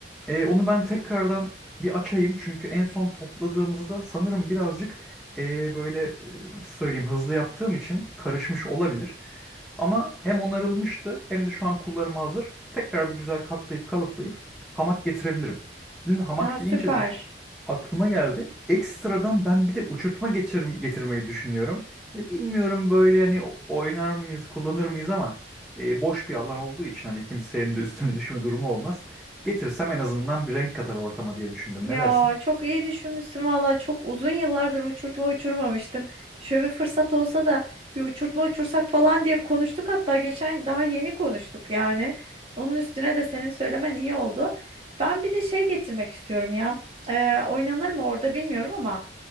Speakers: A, in the centre; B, on the right.
A: Ee, onu ben tekrardan bir açayım. Çünkü en son topladığımızda sanırım birazcık ee, böyle ee, nasıl söyleyeyim hızlı yaptığım için karışmış olabilir. Ama hem onarılmıştı hem de şu an kullanıma hazır. Tekrar bir güzel katlayıp kalıplayıp hamak getirebilirim. Şimdi hamak
B: Aa,
A: deyince
B: süper.
A: de aklıma geldi. Ekstradan ben bir de uçurtma geçir getirmeyi düşünüyorum. Hani bilmiyorum böyle hani o- oynar mıyız, kullanır mıyız ama e, boş bir alan olduğu için hani kimsenin de üstüne düşme durumu olmaz. Getirsem en azından bir renk katar ortama diye düşündüm.
B: Ya
A: Ne dersin?
B: çok iyi düşünmüşsün valla çok uzun yıllardır uçurtma uçurmamıştım. Şöyle bir fırsat olsa da bir uçurtma uçursak falan diye konuştuk hatta geçen daha yeni konuştuk yani. Onun üstüne de senin söylemen iyi oldu. Ben bir de şey getirmek istiyorum ya. Ee, oynanır mı orada bilmiyorum ama